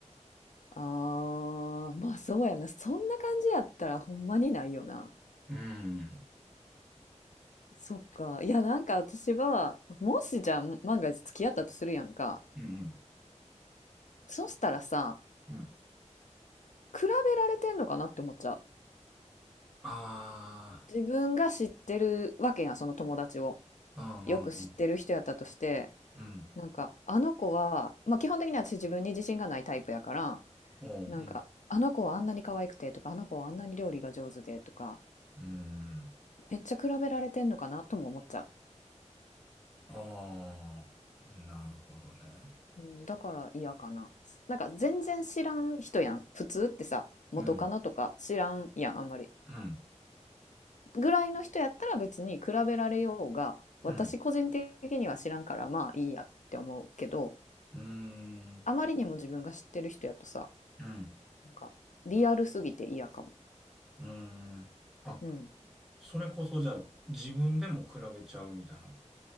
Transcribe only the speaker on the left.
ああ、まあそうやな。そんな感じやったらほんまにないよな。
そっか。いや、なんか私は、もしじゃあ万が一付き合ったとするやんか。
そしたらさ、
比べられてんのかなって思っちゃう。
自分が知ってるわけやん、その友達を。
よく知ってる人やったとして、
なんか、あの子は、まあ基本的に私自分に自信がないタイプやから、
なんか、あの子はあんなに可愛くてとか、あの子はあんなに料理が上手でとか、
めっちゃ比べられてんのかなとも思っちゃう。
うん、だから嫌かな。なんか全然知らん人やん。普通ってさ、元カノとか知らんやん、
あんまり。
ぐらいの人やったら別に比べられようが、私個人的には知らんからまあいいやって思うけど、
あまりにも自分が知ってる人やとさ、
なんかリアルすぎて嫌かも。
うん。